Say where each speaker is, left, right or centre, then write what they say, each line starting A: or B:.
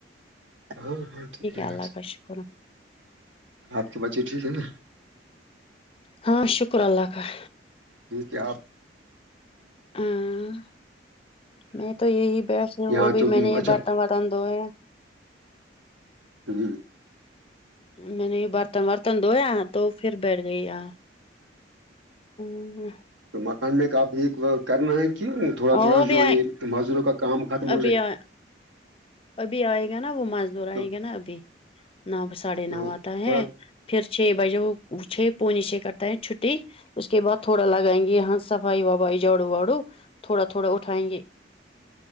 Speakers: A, on the right; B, on the left.
A: ہاں ہاں ٹھیک ہے
B: اللہ
A: یار سے
B: کا شکر ہے۔
A: آپ کے بچے ٹھیک ہے نا
B: ہاں شکر اللہ کاال
A: ٹھیک ہے آپ
B: ہاں میں تو یہی بیس ہوں
A: یہاں
B: اور بھی
A: تو
B: میں نے یہ
A: اچھا
B: برتن ورتن دھوئے
A: ہوں
B: میں نے یہ برتن ورتن دھویا تو پھر بیٹھ گئی آ <inaudible>
A: مکان میںپ ایک کرنا ہے کہ تھوڑا تھوڑا
B: اور ابھی
A: جو
B: آئے
A: یہ معذوروں کا کام ختم ہو
B: ابھی
A: جائے
B: آئے
A: گا
B: ابھی آئے گا نا وہ مزدور
A: تو
B: آئے گا نا ابھی نو ساڑھے
A: تو
B: نو آتا
A: تھوڑا
B: ہے پھر چھ بجے وہ چھ پونی چھ کرتا ہے چھٹی اس کے بع تھوڑا لگائیں گے یہاں صفائی وفائی جاڑو واڑو تھوڑا تھوڑا اٹھائیں گے